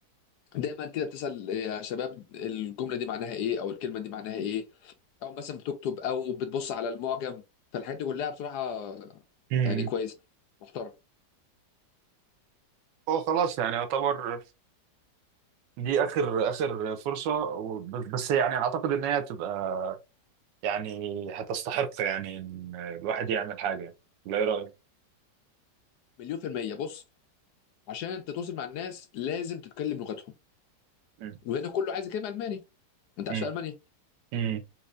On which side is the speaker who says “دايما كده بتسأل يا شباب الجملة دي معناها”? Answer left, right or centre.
Left